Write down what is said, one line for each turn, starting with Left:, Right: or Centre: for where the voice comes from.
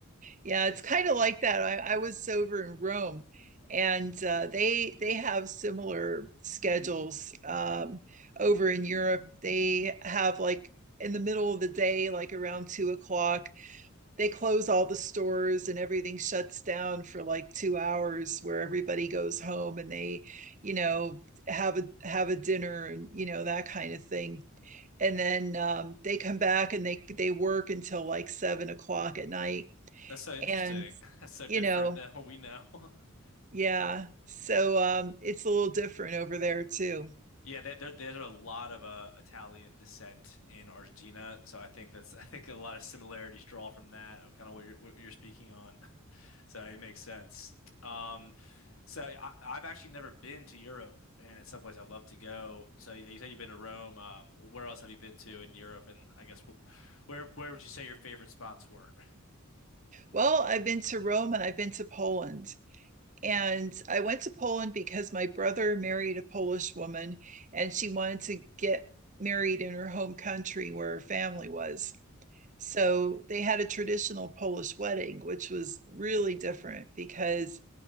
Right: Yeah. It's kind of like that. I, I was over in Rome and uh, they they have similar schedules um, over in Europe. They have like in the middle of the day, like around two o'clock, they close all the stores and everything shuts down for like two hours where everybody goes home and they you know have a have a dinner and you know that kind of thing and then um, they come back and they they work until like seven o'clock at night
Left: <laughs> That's so interesting.
Right: and
Left: <laughs> That's so different
Right: you know
Left: than what we know. <laughs>
Right: yeah so um, it's a little different over there too
Left: Yeah, there, there there's a lot of uh, Italian descent in Argentina, so I think that's <laughs> I think a lot of similarities draw from that of kind of what you're what you're speaking on. <laughs> So it makes sense. Um, so I, I've actually never been to Europe, and it's someplace I love to go. So you you said you've been to Rome. Um, where else have you been to in Europe? And I guess wh- where where would you say your favorite spots were?
Right: well i've been to rome and i've been to poland And I went to Poland because my brother married a Polish woman and she wanted to get married in her home country where her family was. So they had a traditional Polish wedding, which was really different because